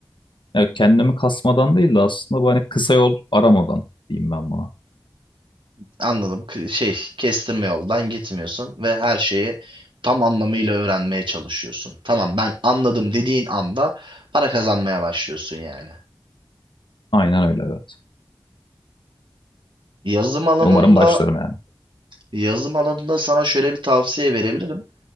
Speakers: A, on the left; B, on the right.
A: Yani kendimi kasmadan değil de aslında bu hani kısa yol aramadan diyeyim ben buna.
B: Anladım. K- Şey, kestirme yoldan gitmiyorsun ve her şeyi tam anlamıyla öğrenmeye çalışıyorsun. Tamam, ben anladım dediğin anda para kazanmaya başlıyorsun yani.
A: Aynen öyle evet.
B: Yazım alanında
A: E, Umarım başlarım yani.
B: yazım alanında sana şöyle bir tavsiye verebilirim.